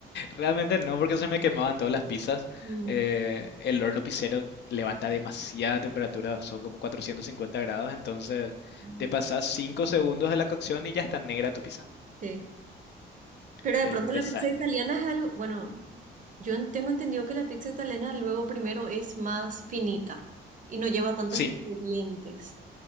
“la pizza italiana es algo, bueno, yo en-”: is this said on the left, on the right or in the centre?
Right